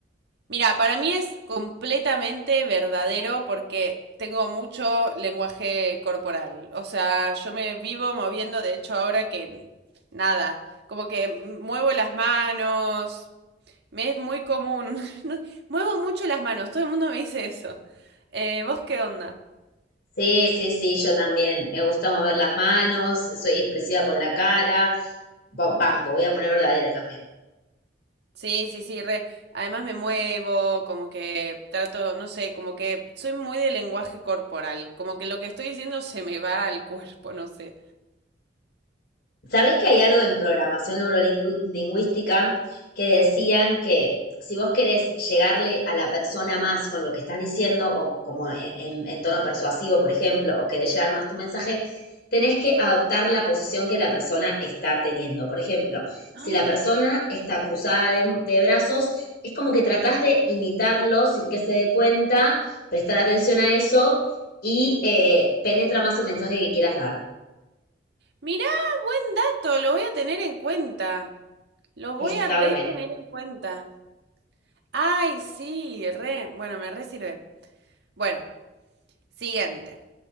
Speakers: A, on the right; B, on the left.
A: Mira, para mí es completamente verdadero porque tengo mucho lenguaje corporal. O sea, yo me vivo moviendo, de hecho, ahora que nada, como que muevo las manos. Me es muy común. <laughs> No- Muevo mucho las manos, todo el mundo me dice eso. Eh, ¿vos qué onda?
B: Sí, sí, sí, yo también. Me gusta mover las manos, soy expresiva con la cara. Ba- Banco, voy a poner verdadera también.
A: Sí, sí, sí, re. Además me muevo, como que trato, no sé, como que soy muy de lenguaje corporal, como que lo que estoy diciendo se me va al cuerpo, no sé.
B: Sabés que hay algo en programación neurolingüística que decían que si vos querés llegarle a la persona más con lo que estás diciendo, o como en, en tono persuasivo, por ejemplo, o querés llegar más tu mensaje, tenés que adoptar la posición que la persona está teniendo. Por ejemplo,
A: ¡Ah!
B: si la persona está cruzada de, de brazos, es como que tratás de imitarlo sin que se dé cuenta, prestar atención a eso y eh, penetra más el mensaje que quieras dar.
A: Mirá, esto, lo voy a tener en cuenta. Lo voy
B: Está
A: a re
B: bueno.
A: tener en cuenta. Ay, sí, re. Bueno, me re sirve. Bueno, siguiente.